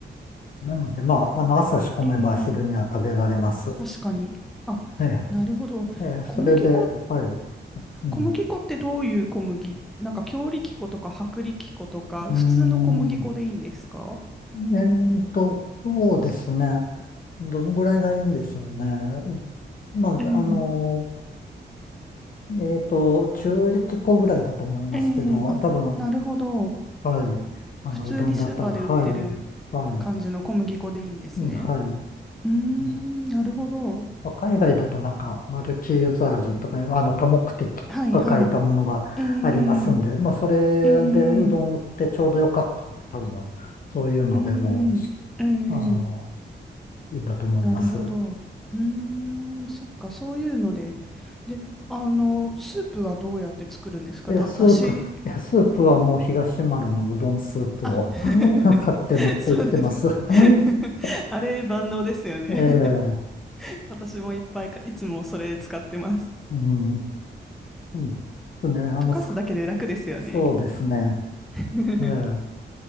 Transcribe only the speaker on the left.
ーなので、まあ、あの、朝仕込めば昼には食べられます。
えー
えーそれで、
はい。うん。
うーん。
えーっと、そうですね。どのぐらいがいいんでしょうね。まあ、
あの、えーっと、中力粉ぐらいだと思いますけど、
多分、
はい。あの、
うどんだったら、はい、はい、
うんはい。
うん
まあ海外だとなんか、マルチユーザージュとか、あの、多目的とか書いたものがありますんで、
まあ、それでうどん売ってちょうどよかったんで、
多分、そういうのでも
う、あの、いいんだと思います。
いや、スープ、
いや、スープはもう東丸のうどんスープを
<laughs>
買って持って行ってます。
<laughs>
ええ
うん、うん、ですね、あの、
そそうですね。
ええ